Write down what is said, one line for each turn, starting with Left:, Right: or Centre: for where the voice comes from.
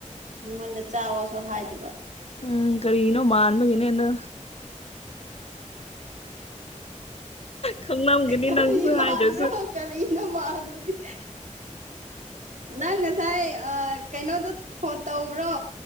Right: ꯃꯉꯣꯟꯗ ꯆꯥꯎꯑꯣꯁꯨ ꯍꯥꯏꯗꯕ
Left: ꯎꯝ ꯀꯔꯤꯅꯣ ꯃꯥꯟꯕꯒꯤꯅꯦꯅ ꯈꯪꯂꯝꯒꯅꯤ
Right: ꯀꯔꯤ
Left: ꯅꯪꯁꯨ ꯍꯥꯏꯗ꯭ꯔꯁꯨ
Right: ꯃꯥꯟꯕ꯭ꯔꯣ ꯀꯔꯤꯅꯣ ꯃꯥꯟꯕꯒꯤ ꯅꯪ ꯉꯁꯥꯏ ꯀꯩꯅꯣꯗꯣ ꯐꯣꯟ ꯇꯧꯕ꯭ꯔꯣ